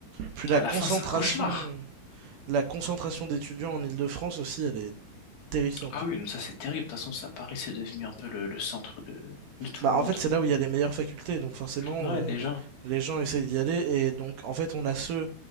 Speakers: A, on the right (about 65°); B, on the left (about 75°).
A: Puis la
B: à
A: concentration,
B: la fin, c'est un cauchemar.
A: la concentration d'étudiants en île de france aussi, elle est terrifiante.
B: Ah oui, mais ça c'est terrible. De toute façon, ça, Paris, c'est devenu un peu le, le centre de, de tout
A: Bah,
B: le monde.
A: en fait, c'est là où il y a les meilleures facultés, donc forcément,
B: Ouais,
A: euh,
B: déjà.
A: les gens essayent d'y aller, et donc, en fait, on a ceux